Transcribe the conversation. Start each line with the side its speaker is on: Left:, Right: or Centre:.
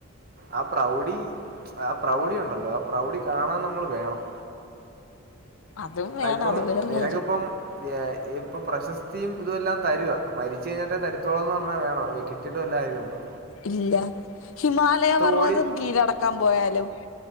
Right: ആ പ്രൗഢി ആ പ്രൗഢി ഉണ്ടല്ലോ ആ പ്രൗഢി കാണാൻ നമ്മൾ വേണം
Left: അതും വേണം
Right: അ ഇപ്പം
Left: അത് വേറെ
Right: നിനക്കിപ്പം
Left: കാര്യം
Right: ഇപ്പൊ പ്രശസ്തിയും ഇതുവെല്ലാം തരുവാ മരിച്ച കഴിഞ്ഞിട്ട് തരുത്തോളംന്ന് പറഞ്ഞാൽ വേണോ വെക്കിട്ട് കിട്ടീട്ട് വല്ല കാര്യണ്ടോ
Left: ഇല്ല ഹിമാലയ പർവതം
Right: കോടി
Left: കീഴടക്കാൻ പോയാലോ